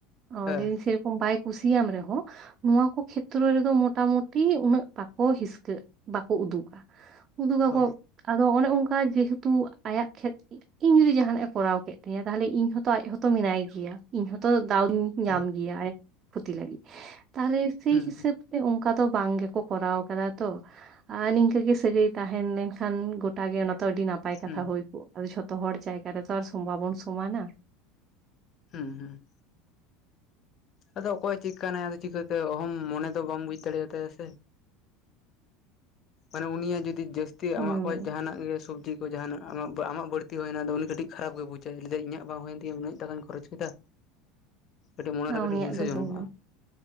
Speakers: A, on the right (about 35°); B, on the left (about 40°).
A: ᱚ
B: ᱦᱮᱸ
A: ᱞᱟᱹᱭᱫᱤᱧ ᱥᱮᱨᱚᱠᱚᱢ ᱵᱟᱭ ᱠᱩᱥᱤᱭᱟᱢ ᱨᱮᱦᱚᱸ ᱱᱚᱣᱟ ᱠᱚ ᱠᱷᱮᱛᱨᱚ ᱨᱮᱫᱚ ᱢᱳᱴᱟᱢᱩᱴᱤ ᱩᱱᱟᱹᱜ ᱵᱟᱠᱚ ᱦᱤᱥᱠᱟᱹᱜ ᱵᱟᱠᱚ ᱩᱫᱩᱜᱟ᱾ ᱩᱫᱩ ᱜᱟᱠᱚ
B: ᱦᱳᱭ
A: ᱟᱫᱚ ᱚᱱᱮ ᱚᱱᱠᱟ ᱡᱮᱦᱮᱛᱩ ᱟᱭᱟᱜ ᱠᱷᱮᱛ ᱤ ᱤᱧ ᱡᱩᱫᱤ ᱡᱟᱦᱟᱱᱟᱜᱼᱮ ᱠᱚᱨᱟᱣ ᱠᱮᱫ ᱛᱤᱧᱟ ᱛᱟᱦᱞᱮ ᱤᱧ ᱦᱚᱛᱚ ᱟᱡᱦᱚᱛᱚ ᱢᱮᱱᱟᱭ ᱜᱤᱭᱟ ᱤᱧ ᱦᱚᱛᱚ ᱫᱟᱣᱧ
B: ᱦᱮᱸ
A: ᱧᱟᱢ ᱜᱮᱭᱟ ᱟᱡ ᱯᱷᱩᱛᱤ ᱞᱟᱜᱤᱜ, ᱛᱟᱦᱞᱮ ᱥᱮᱭ
B: ᱦᱮᱸ
A: ᱦᱤᱥᱟᱹᱵ ᱚᱱᱠᱟ ᱫᱚ ᱵᱟᱝ ᱜᱮᱠᱚ ᱠᱚᱨᱟᱣ ᱠᱟᱫᱟ ᱛᱚ ᱟᱨ ᱱᱤᱝᱠᱟᱹ ᱜᱮ ᱥᱟᱹᱜᱟᱹᱭ ᱛᱟᱦᱮᱸ ᱞᱮᱱᱠᱷᱟᱱ ᱜᱚᱴᱟ ᱜᱮ ᱚᱱᱟᱛᱚ ᱟᱰᱤ ᱱᱟᱯᱟᱭ ᱠᱟᱛᱷᱟ
B: ᱦᱩᱸ ᱦᱩᱸ
A: ᱦᱩᱭ ᱠᱚᱜ, ᱟᱫᱚ ᱡᱷᱚᱛᱚ ᱦᱚᱲ ᱡᱟᱭᱜᱟ ᱨᱮᱛᱚ ᱟᱨ <inaudible> ᱵᱟᱵᱚᱱ ᱥᱚᱢᱟᱱᱟ᱾
B: ᱦᱮᱸ ᱦᱮᱸ ᱟᱫᱚ ᱚᱠᱚᱭ ᱪᱮ ᱠᱟᱱᱟᱭ ᱟᱫᱚ ᱪᱤᱠᱟᱹᱛᱮ ᱚᱦᱚᱢ ᱢᱚᱱᱮ ᱫᱚ ᱵᱟᱢ ᱵᱩᱡ ᱫᱟᱲᱮᱭᱟᱜ ᱛᱟᱭᱟ ᱥᱮ᱾ ᱢᱟᱱᱮ ᱩᱱᱤᱭᱟᱜ ᱡᱚᱫᱤ ᱡᱟᱹᱥᱛᱤ
A: ᱦᱩᱸ
B: ᱟᱢᱟᱜ ᱠᱷᱚᱡ ᱡᱟᱦᱟᱱᱟᱜ ᱜᱮ ᱥᱚᱵᱡᱤ ᱡᱟᱸᱦᱱᱟᱜ ᱟᱢᱟᱜ ᱵᱟᱹᱲᱛᱤ ᱦᱩᱭᱮᱱᱟ ᱟᱫᱚ ᱩᱱᱤ ᱠᱟᱹᱴᱤᱡ ᱠᱷᱟᱨᱟᱯ ᱜᱮ ᱵᱩᱡᱟᱭ ᱪᱮᱫᱟ ᱤᱧᱟᱹᱜ ᱵᱟᱝ ᱦᱩᱭᱮᱱ ᱛᱤᱧᱟᱹ ᱩᱱᱟᱹᱜ ᱴᱟᱠᱟᱧ ᱠᱷᱚᱨᱚᱪ ᱠᱮᱫᱟ᱾
A: <inaudible>
B: ᱠᱟᱹᱴᱤᱡ ᱢᱚᱱᱮ
A: ᱟᱨ ᱩᱱᱤᱭᱟᱜ
B: ᱨᱮ ᱦᱤᱝᱥᱟ.
A: ᱫᱚ
B: ᱡᱚᱱᱢᱚᱜᱼᱟ᱾
A: ᱦᱩᱭᱱᱟ